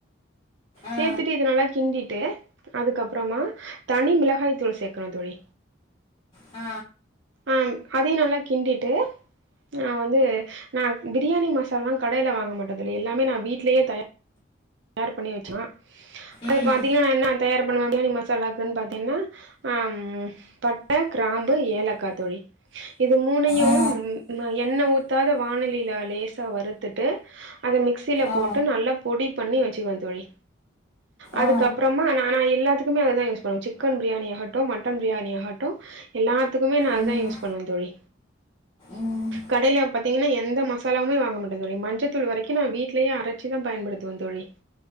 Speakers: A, on the left (about 25°); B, on the right (about 65°).
A: ஆ
B: சேர்த்துட்டு இததுனல்லா கிண்டிட்டு அதுக்கப்புறமா தனி மிளகாய் தூள் சேர்க்கணு தோழி
A: ஆ
B: ம் அதையு நல்லா கிண்டிட்டு நா வந்து நா பிரியாணி மசாலல்லா கடையில வாங்க மாட்டே தோழி எல்லாமே நா வீட்லேயே தய தயார் பண்ணி வச்சுருவே அது
A: ம்
B: பாத்தீங்கன்னா நா என்ன தயார் பிரியாணி மசாலாக்குன்னு பாத்தீங்கன்னா ஆஹ பட்ட கிராம்பு ஏலக்கா தோழி இது மூணையும்
A: ஆ
B: ம் எண்ண ஊத்தி பத்தாத வானலியில லேசா வறுத்துட்டு அதை மிக்ஸ்சில போட்டு
A: ஆ
B: நல்லா பொடி பண்ணி வச்சுக்குவே தோழி அதுக்கப்பறமா
A: ஆ
B: நானா இல்ல சிக்கன்னுமே‌ அதான் யூஸ் பண்ணுவேன் சிக்கன் பிரியாணி அகட்டும் மட்டன் பிரியாணி அகட்டும் எல்லாேத்துக்குமே நா
A: ம்
B: அதான் யூஸ் பண்ணுவேன் தோழி
A: ம்
B: கடைல பாத்திங்கனா எந்த மசாலமே வாங்க மாட்டேன் மஞ்சத்தூள் வரைக்கும் நான் வீட்லே அரைச்சுதான் பயன்படுத்துவேன் செரி